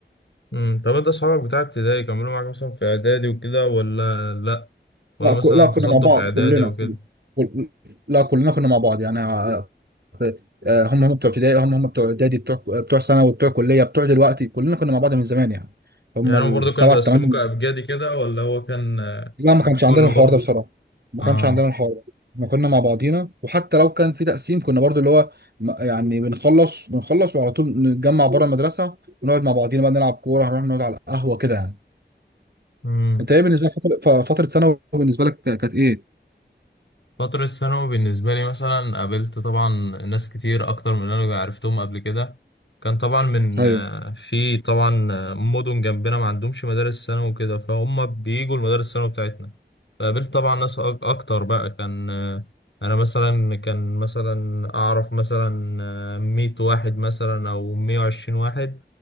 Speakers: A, on the left (about 75°); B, on the right (about 60°).
A: امم طب انت اصحابك بتاع ابتدائي كملوا معاك مثلا في اعدادي وكده ولا لا ولا
B: لا
A: مثلا
B: ك- لا
A: انفصلتوا
B: كنا مع بعض
A: في اعدادي
B: كلنا
A: او كده
B: كل- لا كلنا كنا مع بعض يعني آه، آه، هم هم بتوع ابتدائي هم هم بتوع اعدادي بتوع بتوع ثانوي بتوع كليه بتوع دلوقتي كلنا كنا مع بعض من زمان يعني هم
A: يعني
B: السبعه
A: هم برضه كانوا بيقسموك
B: الثمانيه
A: ابجدي كده ولا هو كان آه،
B: لا ما كانش عندنا
A: كله
B: الحوار
A: برضه
B: ده بصراحه ما
A: اه
B: كانش عندنا الحوار ده احنا كنا مع بعضينا وحتى لو كان في تقسيم كنا برضو اللي هو م- يعني بنخلص بنخلص وعلى طول نتجمع بره المدرسه ونقعد مع بعضينا بقى نلعب كوره هنروح نقعد على القهوه كده يعني
A: امم
B: انت ايه بالنسبه لك فتره ف- فتره ثانوي بالنسبه لك كانت ايه؟
A: فترة الثانوي بالنسبة لي مثلا قابلت طبعا ناس كتير أكتر من اللي أنا عرفتهم قبل كده كان طبعا من
B: ايوه
A: آه، في طبعا آه، مدن جنبنا ما عندهمش مدارس ثانوي وكده فهم بيجوا المدارس الثانوي بتاعتنا فقابلت طبعا ناس أك- أكتر بقى كان آه، أنا مثلا كان مثلا أعرف مثلا آه، مية واحد مثلا أو مية وعشرين واحد